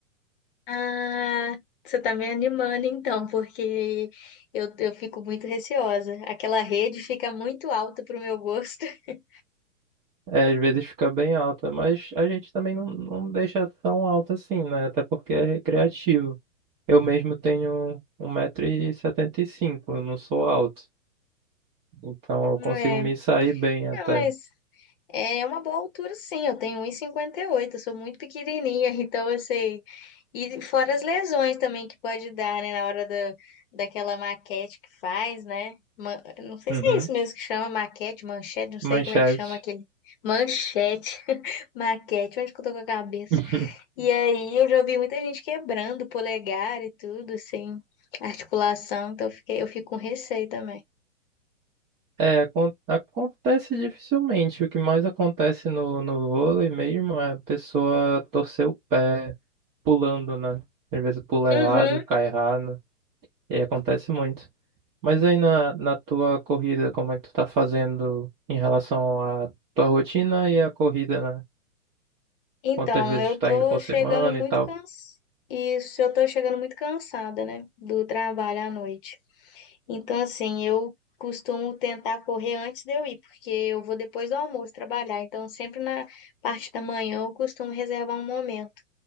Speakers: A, on the left; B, on the right.
A: Ah, você tá me animando então, porque eu, eu fico muito receosa. Aquela rede fica muito alta pro meu gosto. <laughs>
B: É, às vezes fica bem alta, mas a gente também não, não deixa tão alta assim, né? Até porque é recreativo. Eu mesmo tenho um metro e setenta e cinco eu não sou alto. Então eu
A: É,
B: consigo me sair bem até.
A: é, mas É uma boa altura, sim. Eu tenho 1,58, eu sou muito pequenininha, <laughs> então eu sei. E fora as lesões também que pode dar, né, na hora da, daquela maquete que faz, né? Ma- Não sei
B: Uhum.
A: se é isso mesmo que chama maquete, manchete, não sei
B: Manchete.
A: como é que chama aquele. Manchete, <laughs> maquete, onde que eu tô com a cabeça?
B: <laughs>
A: E aí eu já vi muita gente quebrando o polegar e tudo, assim, articulação, então eu fiquei, eu fico com receio também.
B: É, acon- acontece dificilmente. O que mais acontece no, no vôlei mesmo é a pessoa torcer o pé pulando, né? Às vezes pula
A: Uhum.
B: errado, cai errado, e aí acontece muito. Mas aí na, na tua corrida, como é que tu tá fazendo em relação à tua rotina e à corrida, né?
A: Então,
B: Quantas vezes
A: eu
B: tu tá
A: tô
B: indo por
A: chegando
B: semana
A: muito
B: e tal?
A: cansada. Isso, eu tô chegando muito cansada, né? Do trabalho à noite. Então, assim, eu costumo tentar correr antes de eu ir, porque eu vou depois do almoço trabalhar. Então, sempre na parte da manhã eu costumo reservar um momento.